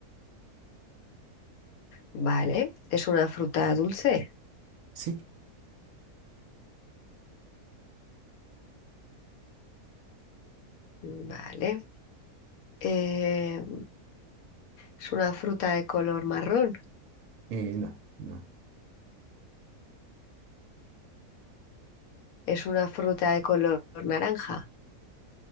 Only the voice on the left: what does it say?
Vale. ¿Es una fruta dulce?
Vale. Eh, ¿es una fruta de color marrón?
¿Es una fruta de color naranja?